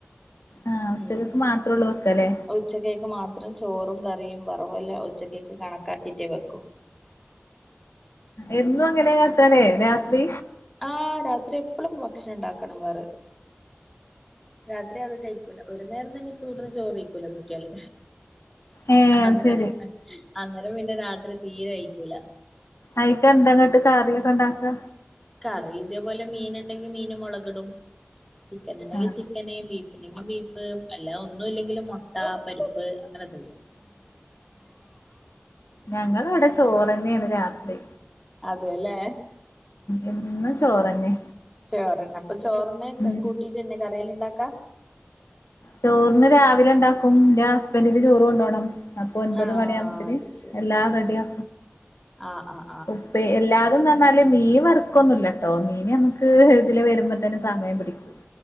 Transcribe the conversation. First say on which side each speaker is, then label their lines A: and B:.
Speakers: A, on the left; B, in the centre.
A: ആഹ് ഉച്ചക്കക്ക്
B: ഉം
A: മാത്രള്ളൂ വെക്കല്ലേ
B: ഉച്ചക്കേക്ക് മാത്രം ചോറും ക റിം വറവുമെല്ലാം ഉച്ചക്കെക്ക് കണക്കാക്കിട്ടേ വെക്കു
A: എന്നും അങ്ങനെയാ തന്നെ രാത്രി
B: ആ രാത്രി എപ്പളും ഭക്ഷണം ഉണ്ടാക്കണം വേറെ രാത്രി അത് കഴിക്കൂല്ല ഒരു നേരം തന്നെ ഇപ്പം ഇവിടുന്ന് ചോറ് കഴിക്കൂല്ല കുട്ടിയേള്
A: ഏഹ് അത്
B: അന്നേര
A: ശരി
B: അന്നര പിന്നെ രാത്രി തീരെ കഴിക്കൂല
A: അയ്ക്ക് എന്താ ഇങ്ങട്ട് കറിയൊക്കെ ഉണ്ടാക്ക
B: കറി ഇതേപോലെ മീന് ഉണ്ടെങ്കി മീന് മുളകിടും ചിക്കൻ ഇണ്ടെങ്കിൽ
A: ആഹ്
B: ചിക്കന് ബീ പിന്നെ ബീഫ് അല്ലാതെ ഒന്നും ഇല്ലെങ്കിലും മുട്ട പരിപ്പ് അങ്ങനെ എന്തെങ്കിലും
A: ഞങ്ങള് ഇവടെ ചോറന്നെയാണ് രാത്രി
B: അതേല്ലേ
A: എന്നും ചോറന്നെ
B: ചോറുണ്ണാ അപ്പൊ ചോറിന്
A: ഉം
B: കൂട്ടിട്ടന്നേ കറികള് ഇണ്ടാക്കാ
A: ചോറിന് രാവിലെ ഇണ്ടാ ക്കും ഇന്റെ ഹസ്ബൻഡിന് ചോറ് കൊണ്ടോണം അപ്പൊ ഒൻപത്
B: ആ
A: മണിയാവുമ്പത്ത്ന്
B: അത് ശരി
A: എല്ലാം റെഡിയാ
B: ആഹ് ആഹ്
A: ഉപ്പേ എല്ലാ ഇത് ന്ന് പർണാല് മീൻ വറക്കൊന്നുല്ല ട്ടോ മീന് ഞമ്മക്ക് ഇത്‌ലെ വരുമ്പോ തന്നെ സമയം പിടിക്കും